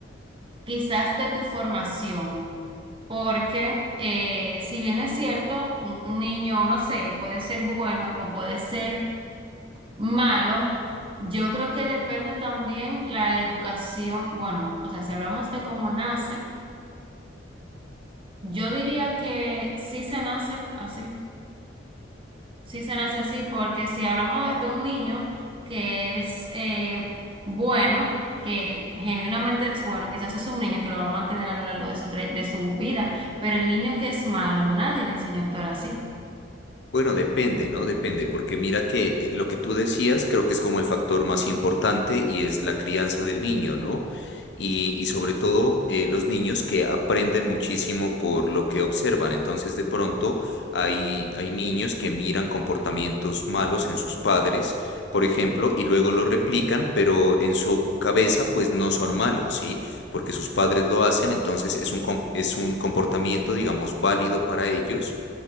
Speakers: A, on the right; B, on the left.
A: quizás de tu formación, porque eh, si bien es cierto, un un niño, no sé, puede ser bueno o puede ser malo, yo creo que depende también la educación, bueno, o sea, si hablamos de cómo nace, yo diría que sí se nace así. Sí se nace así, porque si hablamos de de un niño que es eh, bueno, que genuinamente es bueno, quizás es un niño que lo va a mantener a lo largo de su, tra- de su vida, pero el niño que es malo, nadie le enseñó a actuar así.
B: Bueno, depende, ¿no? Depende, porque mira que eh, lo que tú decías creo que es como el factor más importante y es la crianza del niño, ¿no? Y, y sobre todo eh, los niños que aprenden muchísimo por lo que observan. Entonces, de pronto hay, hay niños que miran comportamientos malos en sus padres, por ejemplo, y luego lo replican, pero en su cabeza pues no son malos, ¿sí? Porque sus padres lo hacen, entonces es un, com- es un comportamiento, digamos, válido para ellos